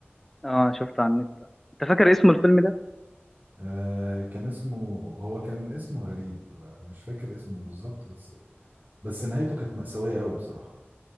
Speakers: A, in the centre; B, on the right.
A: اه شفته على النت انت فاكر اسم الفيلم ده
B: آه كان اسمه هو كان اسمه غريب مش فاكر اسمه بالظبط بس بس نهايته كانت مأساوية قوي بصراحة